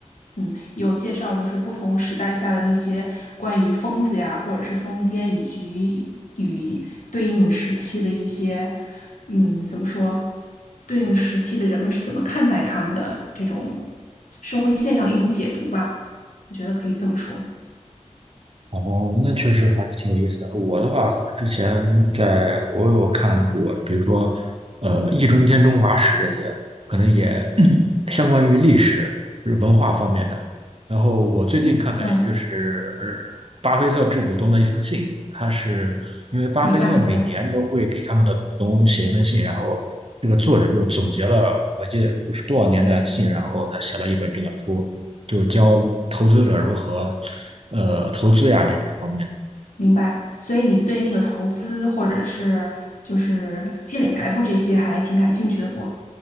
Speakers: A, on the left (about 85°); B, on the right (about 50°).
A: 嗯，有介绍就是不同时代下的那些关于疯子呀，或者是疯癫，以及与对应时期的一些，嗯，怎么说，对应时期的人们是怎么看待他们的这种社会现象的一种解读吧，我觉得可以这么说。
B: 哦，那确实还是挺有意思的。我的话，之前在我有看过，比如说，呃，《易中天中华史》这些，可能也嗯 <clears throat> 相关于历史、就是文化方面的。然后我最近看的就是呃
A: 你嗯。
B: 巴菲特致股东的一封信，他是因为巴菲特每年都会给他们的股东写一封信，
A: 明白，明白，
B: 然后这个作者就总结了我记得不是多少年的信，然后他写了一本这本书。就教投资者如何呃投资呀这些方面。
A: 明白。所以你对那个投资或者是就是积累财富这些还挺感兴趣的不？